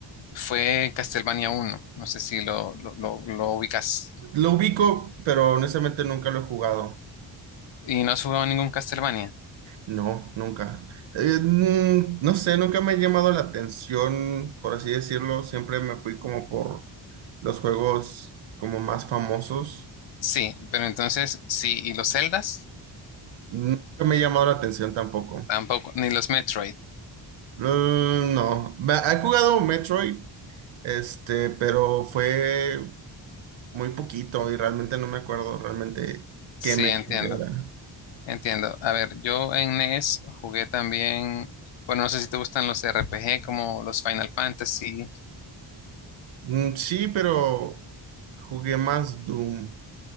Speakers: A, on the left (about 70°); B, on the right (about 80°).
A: fue Castlevania uno, no sé si lo, lo, lo, lo ubicas.
B: Lo ubico, pero honestamente nunca lo he jugado.
A: ¿Y no has jugado ningún Castlevania?
B: No, nunca. Eh, mm, no sé, nunca me ha llamado la atención, por así decirlo. Siempre me fui como por los juegos como más famosos.
A: Sí, pero entonces, sí, ¿y los Zeldas?
B: Nunca me ha llamado la atención tampoco.
A: Tampoco, ni los Metroid.
B: Mm, No, Me- he jugado Metroid, Este, pero fue muy poquito y realmente no me acuerdo realmente
A: Sí,
B: qué me
A: entiendo,
B: era.
A: entiendo. A ver, yo en NES jugué también, bueno, no sé si te gustan los RPG como los Final Fantasy.
B: Mm, Sí, pero jugué más Doom.